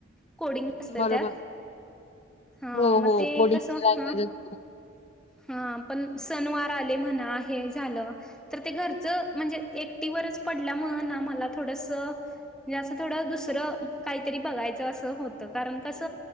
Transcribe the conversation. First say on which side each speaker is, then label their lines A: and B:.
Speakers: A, in the centre; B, on the left.
A: कोडिंग असते
B: बरोबर
A: त्यात हा
B: हो
A: मग
B: हो
A: ते
B: कोडिंगची
A: कस
B: लँग्वेज
A: ह
B: असते.
A: हा पण सनवार आले म्हणा झालं तर ते घरच म्हणजेट खरच पडल्या म्ह आमला थोडस म्हणजे असं थोडं दुसरं काहीतरी बघायचं असं होत कारण कस